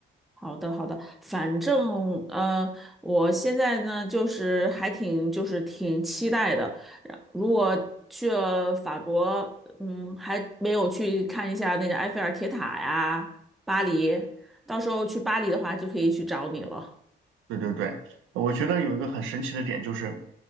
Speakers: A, in the centre; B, on the right.
A: 好的好的，反正呃，我现在呢就是还挺就是挺期待的。然如果去了法国，嗯，还没有去看一下那个埃菲尔铁塔呀，巴黎，到时候去巴黎的话就可以去找你了。
B: 对对对，我觉得有一个很神奇的点就是，